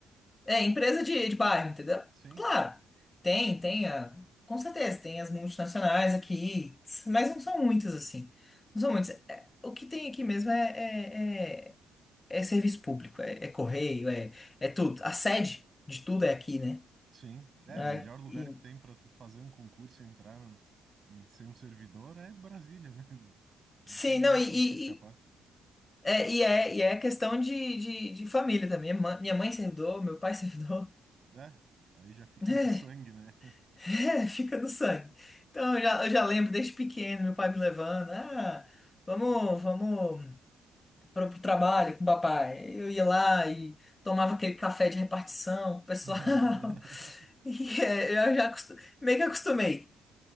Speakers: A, on the left (about 25°); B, on the right (about 45°).
A: É, empresa de, de bairro, entendeu?
B: Sim,
A: Claro, tem, tem, a, com certeza, tem as multinacionais aqui, mas não são muitas, assim. Não são muitas. É, o que tem aqui mesmo é, é, é- é serviço público, é, é correio, é, é tudo. A sede de tudo é aqui, né?
B: sim. É,
A: É,
B: o melhor lugar
A: e-
B: que tem para tu fazer um concurso e entrar em ser um servidor é Brasília, né? <laughs> Não,
A: sim,
B: não tem muito
A: não, e, e,
B: o que escapar.
A: e- é, e é, e é questão de, de, de família também. Minha mãe, minha mãe é servidor, meu pai é servidor.
B: É, aí já fica
A: <laughs>
B: no sangue, né?
A: É, fica no sangue. Então, eu já, eu já lembro desde pequeno, meu pai me levando. Ah, vamos, vamos para o trabalho com o papai. Eu ia lá e tomava aquele café de repartição com o pessoal.
B: <laughs>
A: <laughs>
B: <laughs>
A: E é, eu já acostu- meio que acostumei,